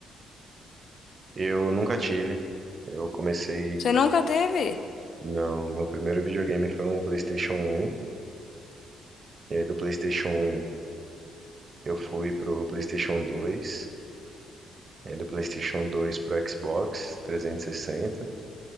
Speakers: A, on the right (about 35°); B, on the left (about 60°).
A: Eu nunca tive. Eu comecei.
B: Você nunca teve?
A: Não, meu primeiro videogame foi um PlayStation um. E aí do PlayStation 1 eu fui pro PlayStation dois. E aí do PlayStation dois pro Xbox 360.